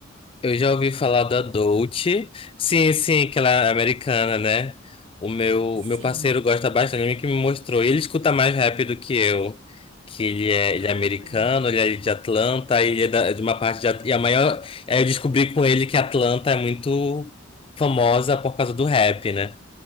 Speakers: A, on the left; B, on the right.
A: Eu já ouvi falar da Dolce. Sim, sim, que ela é americana, né? O meu,
B: Sim.
A: o meu parceiro gosta bastante, ele que me mostrou. Ele escuta mais rap do que eu. Que ele é, ele
B: Ó,
A: é americano,
B: que legal.
A: ele é de Atlanta, ele é da- de uma parte de. At- E a maior. é, Eu descobri com ele que Atlanta é muito famosa por causa do rap, né?